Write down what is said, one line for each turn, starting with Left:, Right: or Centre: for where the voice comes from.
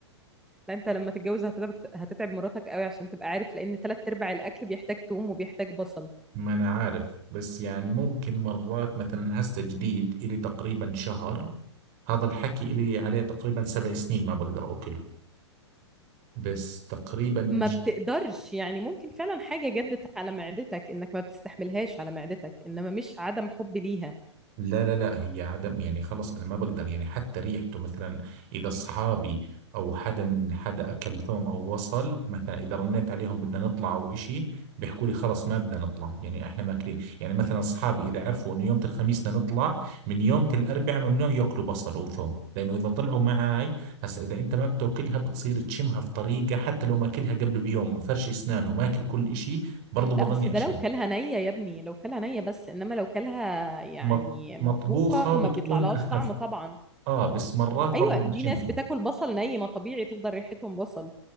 Centre: لا انت لما تتجوز هتتعب هتتعب مراتك قوي عشان تبقى عارف لان تلات ارباع الاكل بيحتاج توم وبيحتاج بصل
Right: ما انا عارف بس يعني ممكن مرات مثلا هسه جديد الي تقريبا شهر هذا الحكي الي عليه تقريبا سبع سنين ما بقدر اكله بس تقريبا من
Centre: ما بتقدرش يعني ممكن فعلا حاجه جدت على معدتك انك ما بتستحملهاش على معدتك انما مش عدم حب ليها
Right: لا لا لا هي عدم يعني خلص انا ما بقدر يعني حتى ريحته مثلا اذا اصحابي او حدا من حدا اكل ثوم او وصل مثلا اذا رنيت عليهم بدنا نطلع او اشي بيحكوا لي خلص ما بدنا نطلع يعني احنا ماكلين يعني مثلا اصحابي اذا عرفوا انه يوم الخميس بدنا نطلع من يوم الاربعاء ممنوع ياكلوا بصل او ثوم لانه اذا طلعوا معاي هسا اذا انت ما بتاكلها بتصير تشمها في طريقة حتى لو ماكلها قبل بيوم ومفرش اسنانه وماكل كل اشي برضه بظني
Centre: لا بس ده
Right: اشم
Centre: لو كلها نيه يا ابني لو كلها نيه بس انما لو كلها يعني
Right: مط- مطبوخة
Centre: مطبوخه
Right: بتكون
Centre: ما بيطلعلهاش
Right: اخف
Centre: طعم طبعا
Right: اه بس مرات
Centre: ايوه
Right: برضو
Centre: دي
Right: بشمهم
Centre: ناس بتاكل بصل ني ما طبيعي تفضل ريحتهم بصل